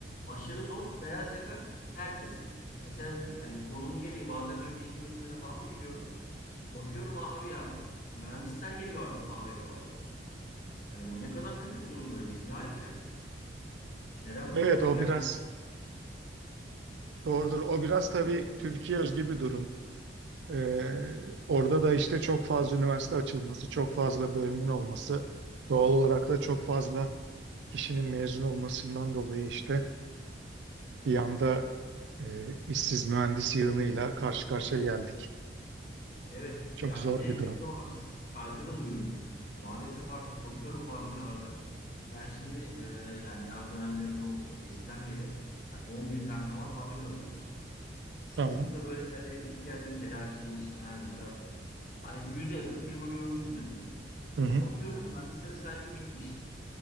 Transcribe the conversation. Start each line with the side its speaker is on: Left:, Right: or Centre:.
Left: aşırı zor. Beyaz yaka herkes. Mesela yani konum gereği bazen böyle iş görüşmelerine falan da gidiyorum. Bakıyorum abi ya mühendisler geliyor artık mavi yaka başvurusuna. Hani bu ne kadar kötü bir durum böyle. Biz ne hale geldik? Neden
Right: Evet
Left: bu duruma
Right: o
Left: geldik?
Right: biraz doğrudur. O biraz tabii Türkiye özgü bir durum. Ee, orada da işte çok fazla üniversite açılması, çok fazla bölümün olması, doğal olarak da çok fazla kişinin mezun olmasından dolayı işte bir anda e, işsiz mühendis yığınıyla karşı karşıya geldik.
Left: Evet
Right: Çok
Left: ya
Right: zor
Left: bir de
Right: bir durum.
Left: şu da var saygı da duyulmuyor. Maalesef artık bakıyorum fabrikalarda. Ben şimdi e, yani yaz dönemlerinde olsun eskiden beri yani 11 tane falan fabrikada çalıştım. Sık
Right: Tamam.
Left: sık da böyle yerlere gidip geldim. Tedarikçi geliştirmelerdir, cart curt. Hani yüze yakın firma görmüşümdür diyeyim.
Right: Hı hı.
Left: Ya bakıyorum mühendislere saygı bitmiş.